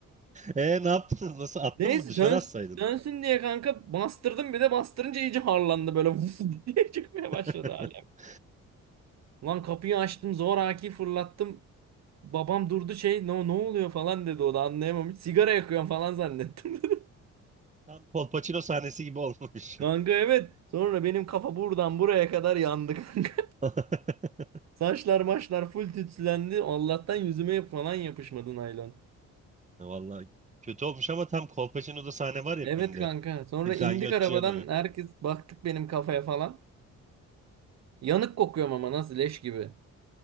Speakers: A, on the right (about 25°); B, on the right (about 60°).
A: Ee, ne yaptın? Nasıl attın
B: Neyse
A: mı? Dışarı
B: söns
A: atsaydın.
B: sönsün diye kanka bastırdım bir de bastırınca iyice harlandı böyle <laughs> vuf diye çıkmaya
A: <laughs>
B: başladı alev. Lan kapıyı açtım zoraki fırlattım. Babam durdu şey ne, ne oluyor falan dedi o da anlayamamış. Sigara yakıyorum falan zannettim. <laughs> dedi.
A: Tam Kolpaçino sahnesi gibi olmuş.
B: Kanka evet. Sonra benim kafa buradan buraya kadar yandı. <laughs>
A: <laughs>
B: Saçlar maçlar full tütsülendi. Allah'tan yüzüme falan yapışmadı naylon.
A: Vallahi kötü olmuş ama tam Kolpaçino'da sahne var ya
B: Evet
A: filmde.
B: kanka. Sonra
A: <laughs>
B: indik
A: Ganyotçu
B: arabadan.
A: yanıyor.
B: Herkes baktık benim kafaya falan. Yanık kokuyorum ama nasıl leş gibi.